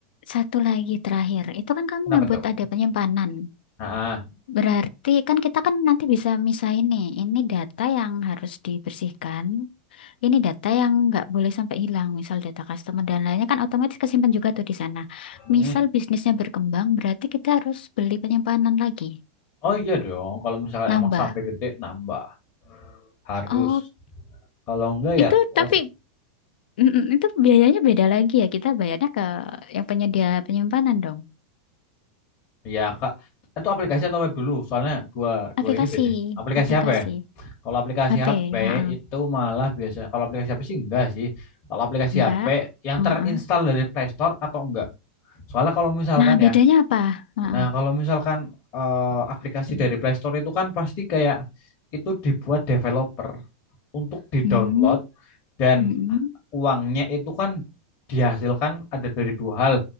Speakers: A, on the left; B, on the left.
A: Satu lagi terakhir, itu kan kamu
B: Kenapa
A: nyebut
B: tuh?
A: ada penyimpanan.
B: Nah,
A: Berarti kan kita kan nanti bisa misahin nih, ini data yang harus dibersihkan, ini data yang nggak boleh sampai hilang, misal data customer dan lainnya kan otomatis kesimpan juga tuh di sana.
B: hmm.
A: Misal bisnisnya berkembang, berarti kita harus beli penyimpanan lagi,
B: Oh iya dong, kalau misalkan
A: nambah.
B: emang sampai gede nambah harus.
A: Oh,
B: Kalau enggak
A: itu
B: ya, oh,
A: tapi mm, mm, itu biayanya beda lagi ya, kita bayarnya ke yang penyedia penyimpanan dong.
B: ya kak, itu aplikasi atau web dulu? Soalnya dua dua
A: Aplikasi,
B: ini beda. Aplikasi
A: aplikasi,
B: HP. Kalau aplikasi
A: HP,
B: HP
A: ha-ha.
B: itu malah biasa. Kalau aplikasi HP sih enggak sih. Kalau aplikasi
A: Enggak.
B: HP yang
A: Ha
B: terinstall dari Play Store atau enggak? Soalnya kalau misalkan
A: Nah, bedanya
B: ya
A: apa? Heeh.
B: Nah, kalau misalkan eh, aplikasi dari Play Store itu kan pasti kayak itu dibuat developer untuk di-download
A: Hmm,
B: dan
A: mm-mm,
B: uangnya itu kan dihasilkan ada dari dua hal.